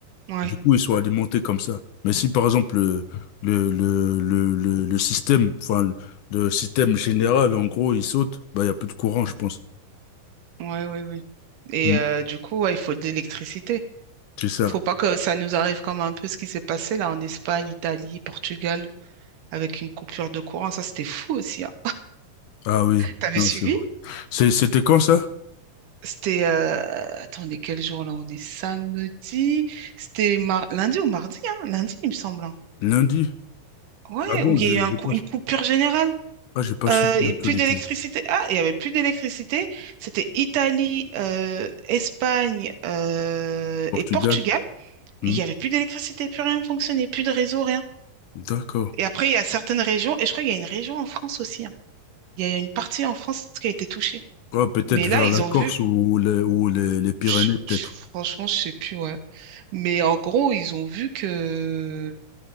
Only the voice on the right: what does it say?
ouais,
ouais, oui, oui. Et
euh, du coup, ouais, il faut de l'électricité.
Faut pas que ça nous arrive comme un peu ce qui s'est passé là en Espagne, Italie, Portugal, avec une coupure de courant. Ça, c'était fou aussi. hein.
T'avais
suivi?
C'était, euh, attendez, quel jour là? On est samedi. C'était mar- lundi ou mardi, hein? Lundi, il me semble. hein.
Ouais,
où il
y a eu un
cou-
une coupure générale.
Euh,
et
plus d'électricité. Ah, il y avait plus d'électricité. C'était Italie, euh, Espagne euh,
et Portugal.
Il y avait plus d'électricité, plus rien ne fonctionnait, plus de réseau, rien.
Et après, il y a certaines régions, et je crois qu'il y a une région en France aussi. hein. Il y a une partie en France qui a été touchée.
Mais
là, ils
ont vu.
je-
je- franchement, je sais plus. ouais. Mais en gros, ils ont vu que,